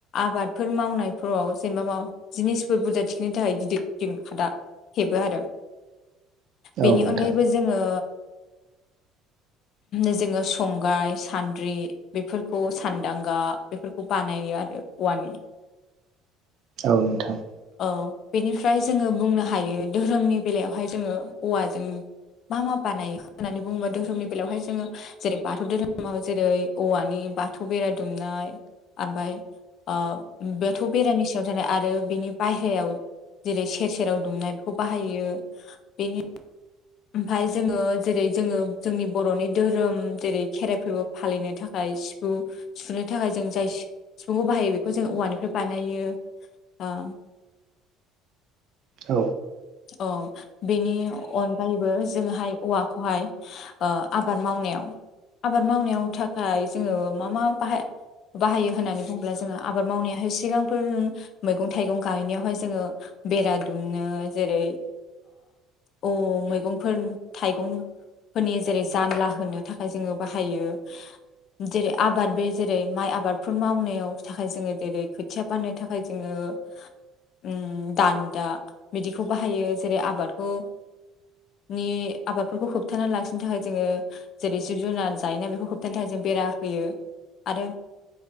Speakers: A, on the left (about 55°); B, on the right (about 60°).
A: आबादफोर मावनायफोराव जे वा माव जिनिस बुरजा थिखोन- नि थाखाय गिदिर गिदिर खादा हेबो आरो बेनि
B: औ नोंथां
A: अनगायैबो जोङो। जोङो संग्राइ सान्द्रि बेफोरखौ सान्दांगा बेफोरखौ बानायो। आरो औवानि।
B: औ नोंथां।
A: औ बेनिफ्राय जोङो बुंनो हायो धोरोमनि बेलायावहाय जोङो औवाजों। मा मा बानायो होननानै बुङोबा धोरोमनि बेलायावहाय जोङो जेरै बाथौ धोरोमाव जेरै औवानि- बाथौ बेरा दुमनाय। ओमफ्राय ओ बाथौ बेरानि सायाव थानाय आरो बिनि बायहायाव जेरै सेर सेराव दुमनाय बेखौ बाहायो बेनि ओमफाय जोङो जेरै जोङो जोंनि बर'नि धोरोम जेरै खेराइ फोरबो फालिनो थाखाय सिफुं सुनो थाखाय जों जाय सिफुंखौ बाहायो बेखौ जों औवानिफ्राय बानायो। ओ।
B: औ।
A: औ बेनि अन गायैबो जोंहाय औवाखौहाय आबाद मावनायाव आबाद मावनायाव थाखाय जोङो मा मा बाहा बाहायो होननानै बुङोब्ला जोङो आबाद मावनायाहाय सिगांफोर मैगं थाइगं गायनायावहाय जोङो। बेरा दुमनो जेरै औ मैगंफोर थाइगं फोरनि जेरै जानला होनो थाखाय जोङो बाहायो। जेरै आबाद बे जेरै माइ आबादफोर मावनायाव थाखाय जोङो जेरै खोथिया बाननो थाखाय जोङो उम दान्दा बिदिखौ बाहायो जेरै आबादखौ नि आबादफोरखौ होबथाना लाखिनो थाखाय जोङो जेरै जिब - जुनार जायो ना बेखौ होबथानो थाखाय जों बे रा होयो आरो।